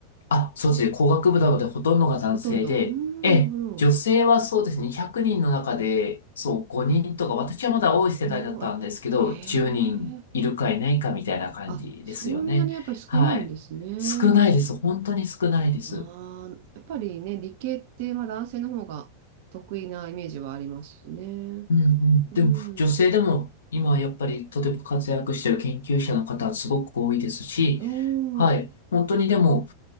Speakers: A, on the left; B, on the right.
A: あ、そうですね。工学部なのでほとんどが男性で、
B: ほとんど。うーん、
A: ええ、
B: なるほど。
A: 女性はそうですね。100人の中で、そう、5人とか、私はまだ多い世代だったんですけど、
B: おお、え、へえ。
A: 10人いるかいないかみたいな感じですよね。
B: あ、そんなにやっぱり少ないんですね。
A: はい。少ないです。本当に少ないです。
B: ああ、やっぱりね、理系ってまあ男性の方が得意なイメージはありますね。
A: うんうん。
B: うん。
A: でも、女性でも、今はやっぱりとても活躍してる研究者の方はすごく多いですし、
B: うー
A: はい。
B: ん、
A: 本当にでも、